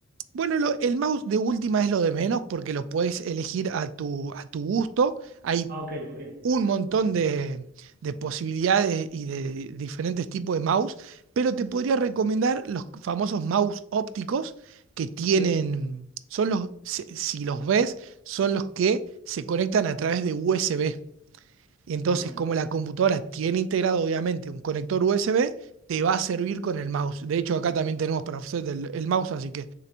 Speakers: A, on the right; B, on the right.
A: bueno, lo- el mouse de última es lo de menos porque lo puedes elegir a tu, a tu gusto. Hay
B: Ah, ok, ok,
A: un montón
B: ok.
A: de, de posibilidades y de diferentes tipos de mouse, pero te podría recomendar los famosos mouse ópticos que tienen,
B: Sí,
A: son los, si, si los ves, son los que se conectan a través de USB. Y entonces,
B: bueno,
A: como la computadora tiene integrado obviamente un conector USB, te va a servir con el mouse. De hecho, acá también tenemos para ofrecerte el, el mouse, así que